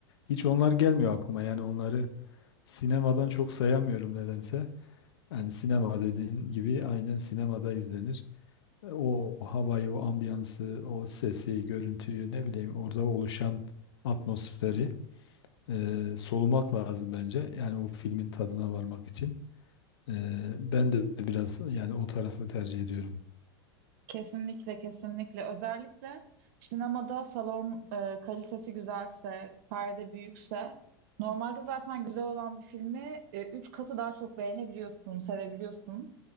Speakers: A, on the left; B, on the right.
A: Hiç onlar gelmiyor aklıma. Yani onları sinemadan çok sayamıyorum nedense. Yani sinema dediğin gibi aynen sinemada izlenir. E, O havayı, o ambiyansı, o sesi, görüntüyü ne bileyim orada oluşan atmosferi e, solumak lazım bence. Yani o filmin tadına varmak için. E, ben de biraz yani o tarafı tercih ediyorum.
B: Kesinlikle kesinlikle özellikle sinemada salon e, kalitesi güzelse perde büyükse normalde zaten güzel olan bir filmi e, üç katı daha çok beğenebiliyorsun sevebiliyorsun